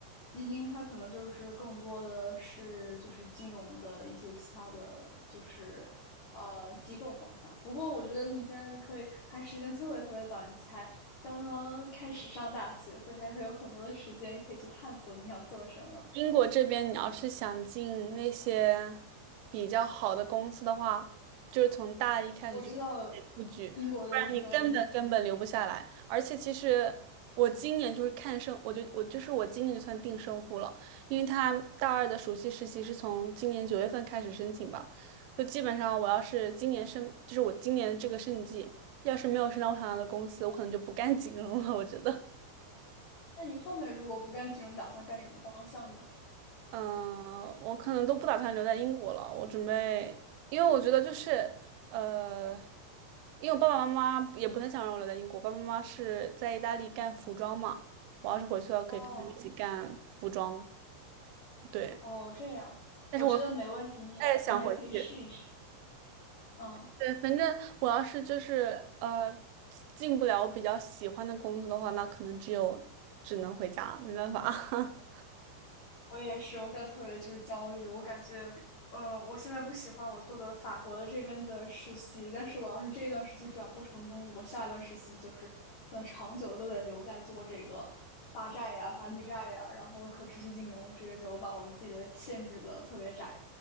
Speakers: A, on the left; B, on the right.
A: 基金，他可能就是更多的是就是金融的一些其他的就是呃机构方向。不过我觉得你现在可以还时间特别特别早，你才刚刚开始上大学，所以还会有很多的时间可以去探索你想做什么。
B: 英国这边，你要是想进那些比较好的公司的话，就是从大一开始就开始布局，
A: 我知道英国的那个
B: 不然你根本根本留不下来。而且其实我今年就是看胜，我就我就是我今年就算定胜负了，因为他大二的暑期实习是从今年九月份开始申请吧，就基本上我要是今年申，就是我今年这个胜季，要是没有申到我想要的公司，我可能就不干金融了，我觉得。
A: 那你后面如果不干金融，你打算干什么方向呢？
B: 嗯，呃我可能都不打算留在英国了。我准备，因为我觉得就是，呃，因为我爸爸妈妈也不太想让我留在英国。爸爸妈妈是在意大利干服装嘛，我要是回去了，
A: 哦
B: 可以跟他们一起干服装。对，
A: 哦，这样，
B: 但是我不
A: 我觉得没问题，你你还可以试一试。
B: 太想回去。
A: 嗯，
B: 对，反正我要是就是呃进不了我比较喜欢的工作的话，那可能只有只能回家，没办法。<laughs>
A: 我也是，我现在特别就是焦虑，我感觉，呃，我现在不喜欢我做的法国的这边的实习，但是我要是这一段实习转不成功，我下一段实习就是可能长久的都得留在做这个发债呀、发绿债呀，然后可持续金融，这个就把我自己的限制的特别窄，